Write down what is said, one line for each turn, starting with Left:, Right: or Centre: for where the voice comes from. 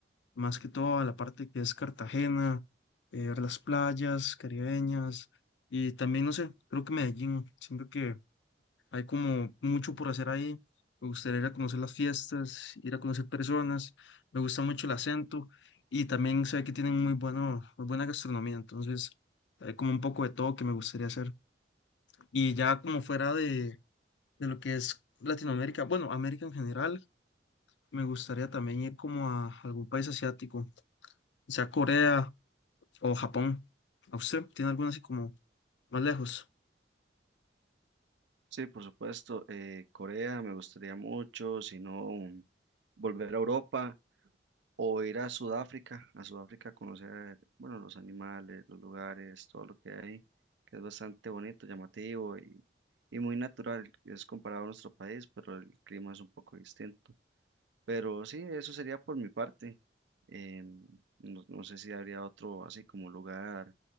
Left: más que todo a la parte que es Cartagena, eh, ver las playas caribeñas y también, no sé, creo que Medellín. Siento que Hay como mucho por hacer ahí. Me gustaría ir a conocer las fiestas, ir a conocer personas. Me gusta mucho el acento y también sé que tienen muy bueno, muy buena gastronomía. Entonces, hay como un poco de todo que me gustaría hacer. Y ya como fuera de, de lo que es Latinoamérica, bueno, América en general, me gustaría también ir como a algún país asiático, sea Corea o Japón. ¿A usted tiene alguna así como más lejos?
Right: Sí, por supuesto. eh, Corea me gustaría mucho, si no, mm, volver a Europa o ir a Sudáfrica, a Sudáfrica a conocer, bueno, los animales, los lugares, todo lo que hay, que es bastante bonito, llamativo y, y muy natural. Es comparado a nuestro país, pero el clima es un poco distinto. Pero sí, eso sería por mi parte. em, no, no sé si habría otro así como lugar